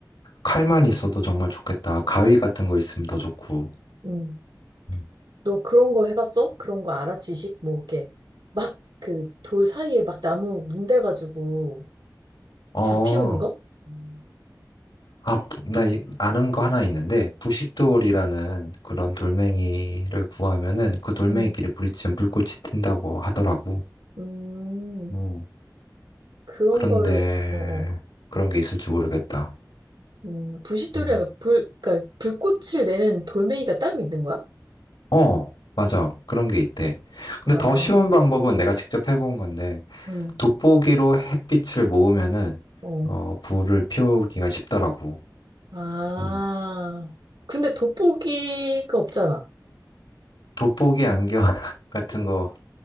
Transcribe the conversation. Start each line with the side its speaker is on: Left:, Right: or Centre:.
Left: 칼만 있어도 정말 좋겠다. 가위 같은 거 있으면 더 좋고.
Right: 음.
Left: 음.
Right: 너 그런 거 해봤어? 그런 거 알아? 지식 뭐 이렇게 막 그 돌 사이에 막 나무 문대가지고
Left: 어,
Right: 불 피우는 거? 음.
Left: 아, 부- 나 이- 아는 거 하나 있는데 부싯돌이라는 그런 돌멩이를 구하면은 그 돌멩이끼리
Right: 음.
Left: 부딪히면 불꽃이 튄다고 하더라고.
Right: 음.
Left: 음,
Right: 그런
Left: 그런데
Right: 거를 어어.
Left: 그런 게 있을지 모르겠다.
Right: 음. 부싯돌이랑
Left: 음.
Right: 그 불 그러니까 불꽃을 내는 돌멩이가 따로 있는 거야?
Left: 어, 맞아. 그런 게 있대. 근데
Right: 아.
Left: 더 쉬운 방법은 내가 직접 해본 건데,
Right: 음.
Left: 돋보기로 햇빛을 모으면은,
Right: 어.
Left: 어, 불을 피우기가 쉽더라고.
Right: 아,
Left: 어.
Right: 근데 돋보기가 없잖아.
Left: 돋보기 안경 <laughs> 같은 거,